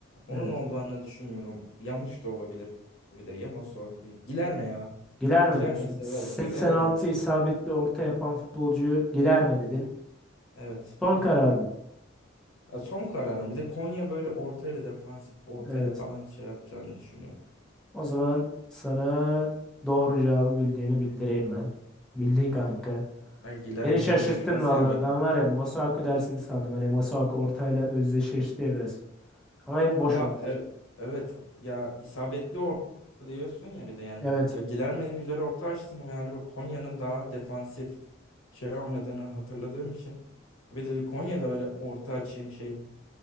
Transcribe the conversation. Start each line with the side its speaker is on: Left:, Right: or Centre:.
Left: onun
Centre: Evet.
Left: olduğunu düşünmüyorum. Yanlış da olabilir. Bir de ya Masuaku. Giler mi ya?
Centre: Gilerme
Left: Giler
Centre: diyorsun.
Left: miyi severim.
Centre: 86
Left: Severim bir de gel.
Centre: isabetli orta yapan futbolcuyu Gilerme dedin.
Left: Evet.
Centre: Son karar mı?
Left: Ya son kararım. Bir de Konya böyle ortayla defansif ortayla
Centre: Evet.
Left: falan şey yapacağını düşünüyorum.
Centre: O zaman sana doğru cevabı bildiğini bildireyim ben. Bildin kanka.
Left: Ah, ben Giler
Centre: Beni
Left: miyi
Centre: şaşırttın
Left: boşuna sevmem.
Centre: valla. Ben var ya Masuaku dersini sandım. Hani Masuaku ortayla özdeşleşti ya biraz. Ama hep boş
Left: Ya
Centre: ortaya.
Left: e- evet ya isabetli orta diyorsun ya bir de yani
Centre: Evet.
Left: Ge- Gilerme'nin güzel orta açtığını ve yani böyle Konya'nın daha defansif şey oynadığını hatırladığım için bir de Konya'da öyle orta açayım şey